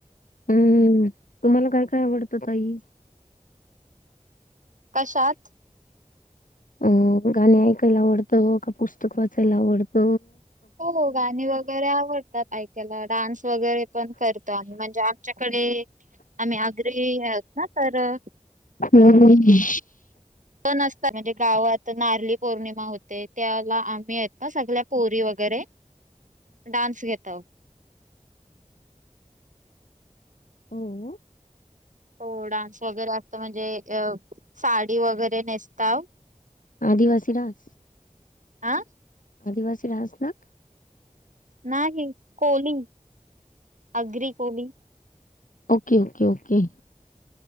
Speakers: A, on the left; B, on the right.
A: हम्म, तुम्हाला काय काय आवडतं ताई?
B: कशात?
A: अ गाणी ऐकायला आवडतं का, पुस्तक वाचायला आवडत?
B: हो हो गाणी वगैरे आवडतात ऐकायला, डान्स वगैरे पण करतो आम्ही म्हणजे आमच्याकडे आम्ही आगरी आहोत ना तर अ
A: हम्म <inaudible>
B: त नसतात म्हणजे गावात नारली पौर्णिमा होते त्याला आम्ही आहेत ना सगल्या पोरी वगैरे डान्स घेताव.
A: हो
B: हो डान्स वगैरे असत म्हणजे, अ साडी वगैरे नेसताव
A: आदिवासी डान्स
B: आं
A: आदिवासी डान्स ना?
B: नाही कोली, आगरी-कोली
A: ओके ओके ओके